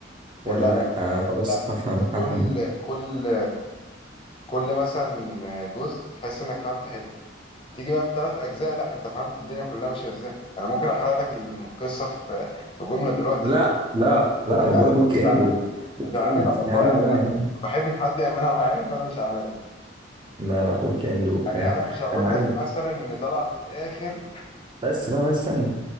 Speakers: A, on the right (about 25°); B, on the left (about 30°).
A: ولا
B: لا
A: لا
B: لا
A: آه خلاص
B: لا
A: هفهم
B: انت
A: هفهم
B: كل كل كل مثلا جزء تحس انك فهمت حته تيجي بقى في ثلاث اجزاء لا انت فهمت الدنيا كلها ماشيه ازاي انا ممكن احرق لك القصه في في جمله دلوقتي
A: لا لا لا
B: قلت لي
A: ما
B: لا
A: بقول لك ويك اند
B: مش هعملها
A: وبت-
B: مش
A: ويك
B: هعملها
A: اند
B: والله
A: يا عم
B: انا ما
A: لا يا عم
B: ما بحبش حد يعملها معايا فانا مش هعملها
A: لا لا ويك اند وبتاع
B: يعني انا مش هقول
A: انا عارف
B: لك مثلا ان طلع في الاخر
A: بس بقى بس استنى